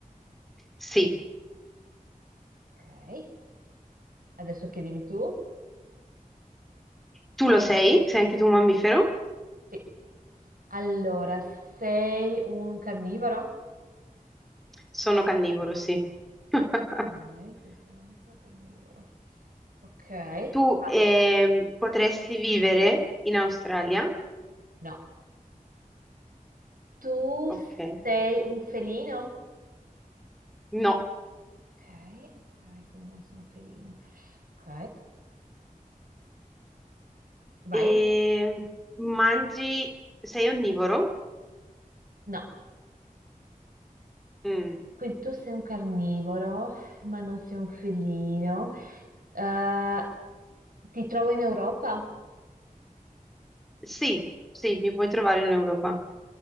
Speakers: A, in the centre; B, on the right (about 75°).
A: Sì.
B: Ok, adesso chiedimi tu.
A: Tu lo sei? Sei anche tu un mammifero?
B: Sì. Allora, sei un carnivoro?
A: Sono carnivoro, sì. <laughs>
B: Ok, questo è un mammifero carnivoro. Ok, vai.
A: Tu ehm, potresti vivere in Australia?
B: No. Tu
A: Ok.
B: sei un felino?
A: No.
B: Ok, ok, quindi non sei un felino. Ok, vai.
A: E mangi... Sei onnivoro?
B: No,
A: Mm.
B: quindi tu sei un carnivoro, ma non sei un felino. Eh, ti trovo in Europa?
A: Sì, sì, mi puoi trovare in Europa.